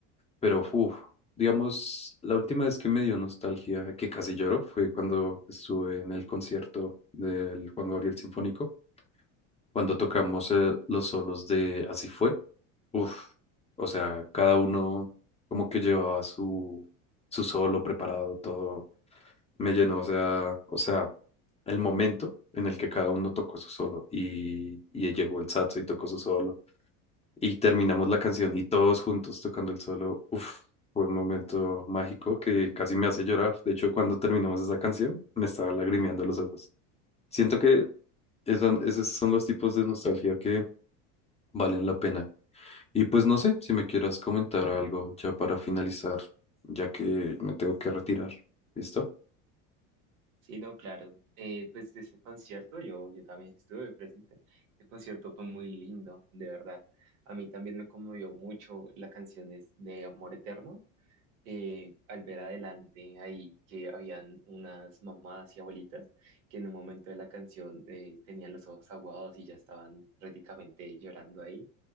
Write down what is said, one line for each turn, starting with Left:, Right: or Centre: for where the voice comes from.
Left: Pero, uff, digamos, la última vez que me dio nostalgia, que casi lloro, fue cuando estuve en el concierto del Juan Gabriel Sinfónico, cuando tocamos eh, los solos de Así fue. Uff, o sea, cada uno como que llevaba su, su solo preparado, todo me llenó, o sea, o sea, el momento en el que cada uno tocó su solo y, y llegó el saxo y tocó su solo y terminamos la canción y todos juntos tocando el solo. Uf, fue un momento mágico que casi me hace llorar. De hecho, cuando terminamos esa canción, me estaba lagrimeando los ojos. Siento que esa- esos son los tipos de nostalgia que valen la pena. Y pues no sé si me quieras comentar algo ya para finalizar, ya que me tengo que retirar. ¿Listo?
Right: Sí, no, claro. Eh, pues de ese concierto yo, yo también estuve presente. El concierto fue muy lindo, de verdad. A mí también me conmovió mucho la canción es de Amor Eterno. eh, al ver adelante ahí que habían unas mamás y abuelitas que en un momento de la canción eh, tenían los ojos aguados y ya estaban prácticamente llorando ahí.